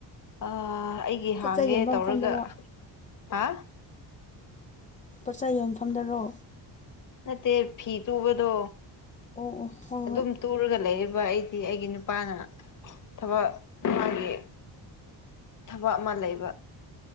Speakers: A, on the left (about 45°); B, on the left (about 20°).
A: ꯑꯩꯒꯤ
B: ꯄꯣꯠ
A: ꯍꯥꯡꯒꯦ
B: ꯆꯩ ꯌꯣꯟꯕ
A: ꯇꯧꯔꯒ
B: ꯃꯐꯝꯗꯔꯣ ꯑꯣ
A: ꯍꯥ
B: ꯄꯣꯠꯆꯩ ꯌꯣꯟꯐꯝꯗꯔꯣ
A: ꯅꯠꯇꯦ ꯐꯤ ꯇꯨꯕꯗꯣ
B: ꯑꯣ ꯑꯣ ꯍꯣꯏ
A: ꯑꯗꯨꯝ
B: ꯍꯣꯏ
A: ꯇꯨꯔꯒ ꯂꯩꯌꯦꯕ ꯑꯩ ꯍꯥꯏ ꯑꯩꯒꯤ ꯅꯨꯄꯥꯅ ꯊꯕꯛ ꯃꯥꯒꯤ ꯊꯕꯛ ꯑꯃ ꯂꯩꯕ